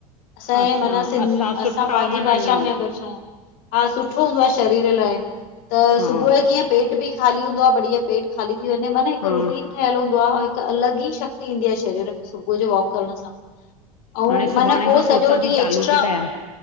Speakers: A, on the left; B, on the left.
A: असांजे
B: अच्छा
A: माना असां
B: सुठा
A: पंहिंजी
B: माना
A: भाषा
B: ईअं
A: में अगरि चऊं, हा सुठो हूंदो आ। शरीर लाए त
B: हा
A: सुबुह जो कीअं पेट बि खाली हूंदो आ, बढ़िया पेट खाली थी वञे म हिकु
B: हा
A: रुटीन ठहियलु हूंदो आ ऐं हिकु अलॻि ई शक्ति ईंदी आ शरीर में सुबुह जो वॉक करण सां, अंउं
B: हाणे सुभाणे
A: माना पो
B: खां
A: सॼो
B: सोचां
A: ॾींहुं
B: थी चालू
A: एक्स्ट्रा
B: थी कयां